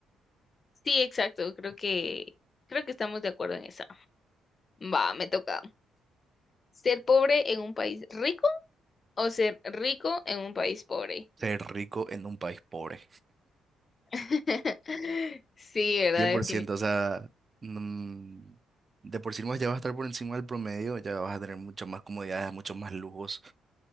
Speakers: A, on the left; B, on the right.
A: Sí, exacto, creo que, creo que estamos de acuerdo en esa. Va, me toca. ¿Ser pobre en un país rico o ser rico en un país pobre?
B: ser rico en un país pobre.
A: <laughs> Sí, ¿verdad?
B: cien por ciento. o sea, mm, de por sí más ya vas a estar por encima del promedio, ya vas a tener muchas más comodidades, muchos más lujos